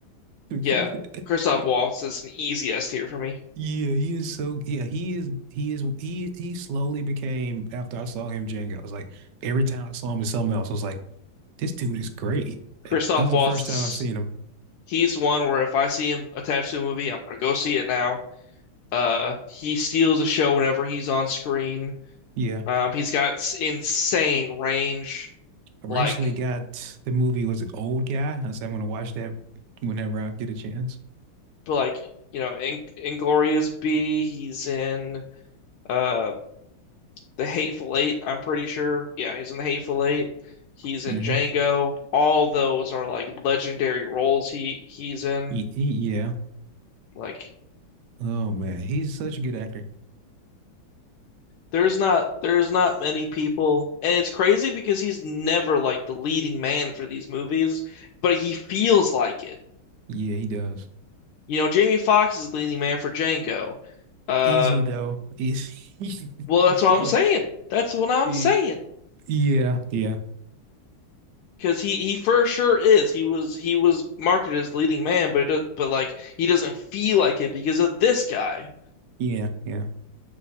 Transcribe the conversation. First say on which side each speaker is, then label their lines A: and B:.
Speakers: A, on the right; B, on the left.
A: <laughs>
B: yeah, Christoph Waltz is an easy S tier for me.
A: Yeah, he is so yeah, he is he is he he slowly became after I saw him Django. I was like every time I saw him in something else, I was like, this dude is great.
B: Christoph
A: Like, That was the
B: Waltz
A: first
B: is
A: time I've seen him.
B: he's one where if I see him attached to a movie, I'm gonna go see it now. Uh, he steals the show whenever he's on screen.
A: Yeah.
B: Um, he's got insane range,
A: I recently
B: like
A: got the movie was an Old Guy? I said I'm gonna watch that whenever I get a chance.
B: but like you know, in Inglorious B. He's in uh the Hateful Eight. I'm pretty sure. Yeah, he's in the Hateful Eight. He's
A: hmm
B: in Django. All those are like legendary roles he he's in.
A: Y- y- yeah.
B: Like
A: Oh man, he's such a good actor.
B: there's not there's not many people, and it's crazy because he's never like the leading man for these movies, but he feels like it.
A: Yeah, he does.
B: You know, Jamie Foxx is leading man for Django. Uh,
A: Is he though? Is he?
B: Well,
A: <laughs>
B: that's
A: but-
B: what I'm saying. That's what I'm
A: he-
B: saying.
A: Yeah, yeah,
B: Because he he for sure is. He was he was marketed as leading man, but it does, but like he doesn't feel like it because of this guy.
A: yeah, yeah.